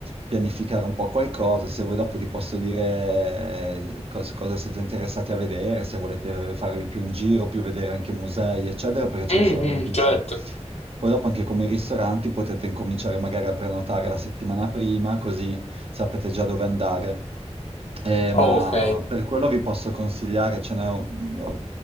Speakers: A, on the right; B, on the left.
A: pianificare un po' qualcosa, se voi dopo ti posso dire eh, cos- cosa siete interessati a vedere, se volete farvi più un giro, più vedere anche musei, eccetera, perché ce
B: Mhm,
A: ne sono tantissimi.
B: certo.
A: Poi dopo anche come i ristoranti potete incominciare magari a prenotare la settimana prima, così sapete già dove andare. Eh,
B: ok.
A: ma per quello vi posso consigliare, ce n'è un,